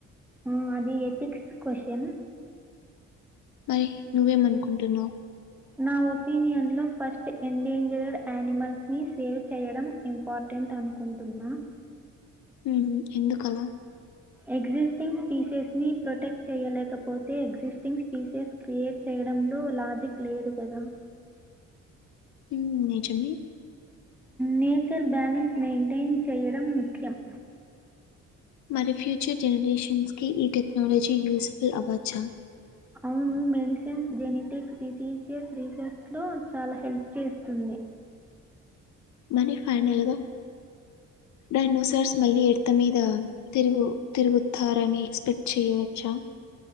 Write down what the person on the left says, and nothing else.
మరి నువ్వేం అనుకుంటున్నావు
ఉమ్ ఎందుకలా
ఉమ్ నిజమే
మరి ఫ్యూచర్ జనరేషన్స్ కి ఈ టెక్నాలజీ యూజీఫుల్ అవొచ్చా
మరి ఫైనల్గా డైనోసార్స్ మళ్ళీ ఎర్త్ మీద తిరుగు తిరుగుతారని ఎక్స్పెక్ట్ చెయవచ్చా